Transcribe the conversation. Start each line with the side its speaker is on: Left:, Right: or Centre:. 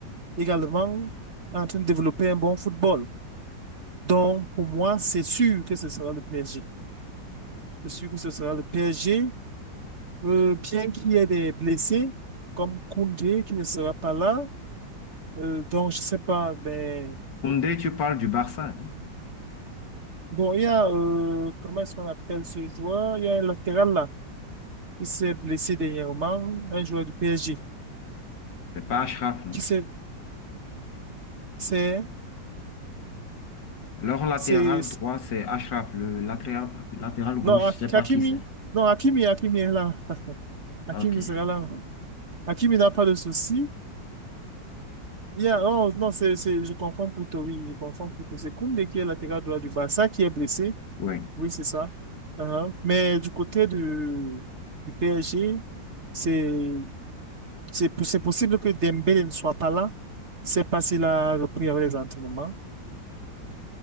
Right: également est en train de développer un bon football. Donc, pour moi, c'est sûr que ce sera le PSG. Je suis sûr que ce sera le PSG Euh, bien qu'il y ait des blessés, comme Koundé qui ne sera pas là, euh, donc je sais pas, mais
Left: Koundé, tu parles du Barça, hein?
Right: bon, il y a, euh, comment est-ce qu'on appelle ce joueur? Il y a un latéral là, il s'est blessé dernièrement, un joueur du PSG,
Left: C'est pas Achraf, non?
Right: qui s'est, c'est,
Left: Leur latéral
Right: c'est, c'est-
Left: droit, c'est Achraf. Le latéral, latéral gauche,
Right: non, Ha-
Left: je sais pas
Right: Hakimi,
Left: qui c'est.
Right: non, Hakimi, Hakimi est là, <laughs> Hakimi
Left: Ok,
Right: sera là, Hakimi n'a pas de souci. Il y a, oh, non, c'est, c'est, je confonds plutôt, oui, je confonds plutôt, c'est Koundé qui est latéral droit du Barça qui est blessé.
Left: oui.
Right: Oui, c'est ça. Uhum. Mais du côté du, du PSG, c'est c'est c'est possible que Dembélé ne soit pas là. C'est parce qu'il a repris avec les entraînements.